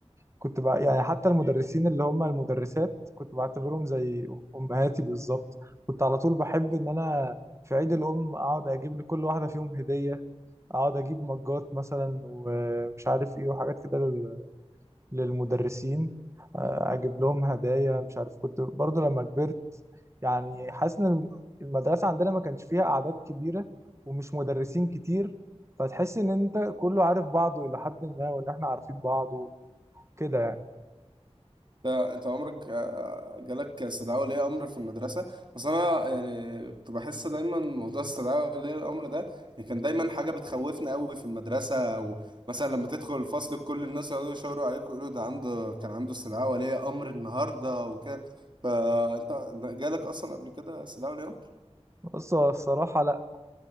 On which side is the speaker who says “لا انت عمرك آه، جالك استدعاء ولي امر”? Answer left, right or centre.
Right